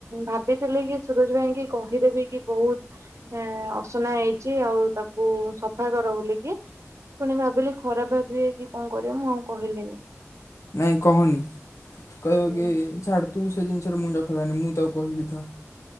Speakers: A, on the right; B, on the left.
A: ଭାବିଥିଲି କି ସୁରଜ୍ ଭାଇଙ୍କି କହିଦେବି କି ବହୁତ୍ ହଁ ଅସନା ହେଇ ଚି ଆଉ ତାକୁ ସଫା କର ବୋଲିକି ପୁଣି ଭାବିଲି ଖରାପ ଭାବିବେ କି କଣ କରିବ ମୁଁ ଆଉ କହିଲିିନି।
B: ନାଇଁ କହନି କହିବ
A: ହୁଁ
B: କି ଛାଡ଼୍ ତୁ ସେ ଜିନିଷରେ ମୁଣ୍ଡ ଖେଳାନି ମୁଁ ତାକୁ କହିବି ତ।